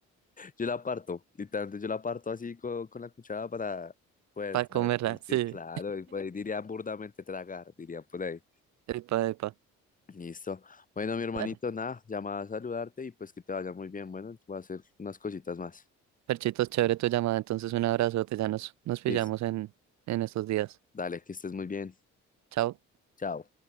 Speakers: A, on the left; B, on the right.
A: yo la parto, literalmente yo la parto así con, con la cuchara para poder
B: para
A: tragar.
B: comerla, sí,
A: Sí, claro, y pues dirían burdamente tragar, dirían por ahí.
B: epa, epa.
A: Listo. Bueno, mi hermanito,
B: dale.
A: nada, llamada a saludarte y pues que te vaya muy bien. Bueno, voy a hacer unas cositas más.
B: Perchitos, chévere tu llamada. Entonces, un abrazote. Ya nos, nos pillamos
A: Listo.
B: en, en estos días.
A: Dale, que estés muy bien.
B: Chao.
A: Chao.